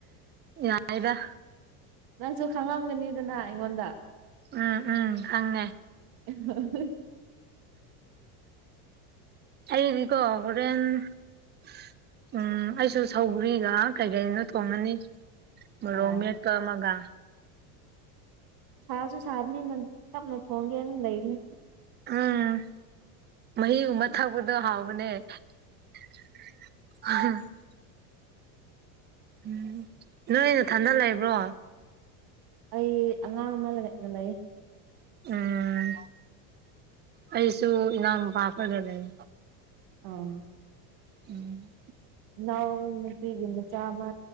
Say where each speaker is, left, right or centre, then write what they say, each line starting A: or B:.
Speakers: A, on the right; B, on the right.
A: ꯌꯥꯏꯗ
B: ꯅꯪꯁꯨ ꯈꯪꯉꯝꯒꯅꯤꯗꯅ ꯑꯩꯉꯣꯟꯗ
A: ꯎꯝ ꯎꯝ ꯈꯪꯉꯦ
B: <unintelligible>
A: ꯑꯩꯗꯤꯀꯣ ꯍꯣꯔꯦꯟ ꯎꯝ ꯑꯩꯁꯨ ꯁꯧꯒ꯭ꯔꯤꯒ ꯀꯩ ꯀꯩꯅꯣ ꯊꯣꯡꯉꯅꯤ ꯃꯣꯔꯣ
B: ꯑꯣ
A: ꯃꯦꯠꯄ ꯑꯃꯒ
B: ꯁꯥꯁꯨ ꯁꯥꯕꯅꯤ ꯅꯪ ꯇꯞꯅ ꯊꯣꯡꯒꯦꯅ ꯂꯩꯅꯤ
A: ꯎꯝ ꯃꯍꯤꯒꯨꯝꯕ ꯊꯛꯄꯗꯣ ꯍꯥꯎꯕꯅꯦ <unintelligible> ꯎꯝ ꯅꯣꯏ ꯅꯊꯥꯗ ꯂꯩꯕ꯭ꯔꯣ
B: ꯑꯩ ꯑꯉꯥꯡ ꯑꯃ ꯂꯩꯔꯛꯅ ꯂꯩ
A: ꯎꯝ ꯑꯩꯁꯨ ꯏꯅꯥꯄꯥꯈꯗ ꯂꯩ
B: ꯑꯣ
A: ꯎꯝ
B: ꯏꯅꯥꯎ ꯅꯨꯄꯤꯒꯤ ꯃꯆꯥ ꯑꯃ